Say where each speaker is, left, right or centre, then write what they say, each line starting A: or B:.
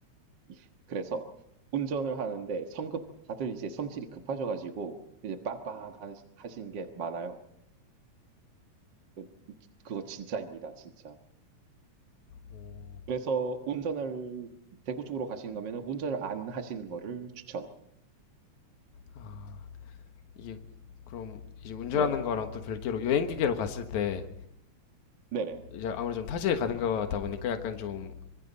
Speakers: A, on the right; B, on the left.
A: 이- 그래서 운전을 하는데 성급, 다들 이제 성질이 급하셔가지고 이제 빵빵 하시- 하시는 게 많아요. 그- 그거 진짜입니다, 진짜.
B: 오,
A: 그래서 운전을 대구 쪽으로 가시는 거면은 운전을 안 하시는 거를 추천.
B: 아, 이게 그럼 이제 운전하는
A: 네네.
B: 거랑 또 별개로 여행 기계로 갔을 때
A: 네네.
B: 이제 아무래도 좀 타지에 가는 거다 보니까 약간 좀